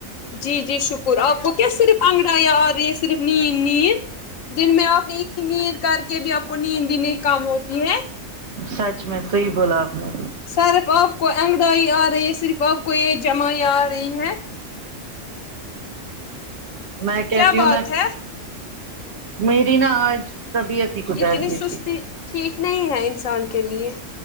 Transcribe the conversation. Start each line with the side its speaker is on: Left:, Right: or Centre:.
Left: جی جی شکر آپ کو کیا صرف انگڑا یا آ رہی ہے صرف نیند نیند دن میں آپ ایک کی نیند کر کے بھی آپ کو نیند دینے کے کام ہوتی ہے
Right: سچ میں صحیح بولا آپ نے
Left: صرف آپ کو انگڈائی آ رہی ہے صرف آپ کو یہ جمائ آ رہی ہے
Right: میں کہتی
Left: کیا بات
Right: ہوں میں
Left: ہے
Right: میری نا آج طبیعت ہی کچھ
Left: اتنی
Right: ایسی
Left: سستی
Right: تھی
Left: ٹھیک نہیں ہے انسان کے لیے